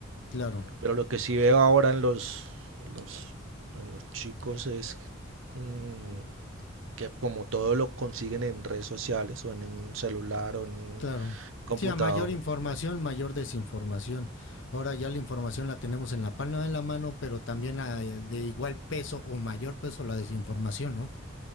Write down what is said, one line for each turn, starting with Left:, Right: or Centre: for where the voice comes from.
Left: claro,
Right: Pero lo que sí veo ahora en los, los, en los chicos es mm, que como todo lo consiguen en redes sociales o en un celular o en
Left: claro.
Right: computador.
Left: Sí, a mayor información, mayor desinformación. Ahora ya la información la tenemos en la palma de la mano, pero también a- de igual peso o mayor peso la desinformación, ¿no?